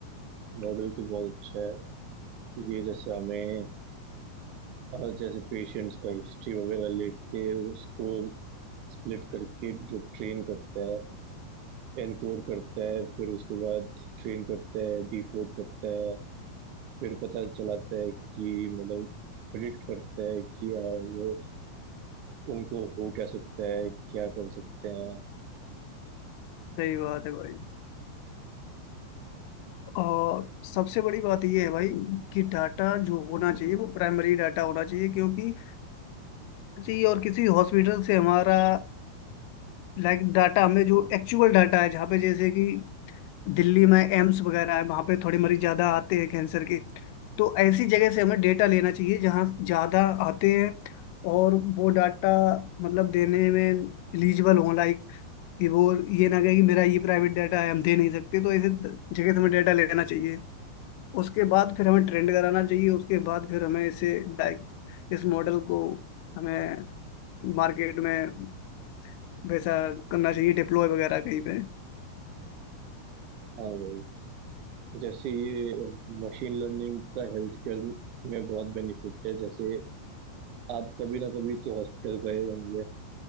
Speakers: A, on the right; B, on the left.
A: मॉडल तो बहुत अच्छा है ये जैसे हमें अ, जैसे पेशेंट्स का हिस्ट्री वगैरह लेके उसको स्प्लिट करके जो ट्रेन करता है एनकोड करता है फिर उसके बाद ट्रेन करता है डिकोड करता है फिर पता चलाता है कि मतलब प्रिडिक्ट करता है कि आ, वो उनको हो क्या सकता है क्या कर सकते हैं
B: सही बात है भाई और सबसे बड़ी बात ये है भाई कि डाटा जो होना चाहिए वो प्राइमरी डाटा होना चाहिए क्योंकि जी और किसी हॉस्पिटल से हमारा लाइक डाटा हमने जो एक्चुअल डाटा है जहाँ पे जैसे कि दिल्ली में एम्स वगैरह है वहाँ पे थोड़े मरीज ज़्यादा आते हैं कैंसर के तो ऐसी जगह से हमें डेटा लेना चाहिए जहाँ ज़्यादा आते हैं और वो डाटा मतलब देने में एलिजिबल हों लाइक कि वो ये ना कहे कि मेरा ये प्राइवेट डाटा है हम दे नहीं सकते तो ऐसे जगह से हमें डाटा लेना चाहिए उसके बाद फिर हमें ट्रेंड कराना चाहिए उसके बाद फिर हमें इसे लाइक इस मॉडल को हमें मार्केट में वैसा करना चाहिए डिप्लॉय वगैरह कहीं पे
A: हाँ भाई जैसे ये मशीन लर्निंग का हेल्थ केयर में बहुत बेनिफिट है जैसे आप कभी ना कभी तो हॉस्पिटल गए होंगे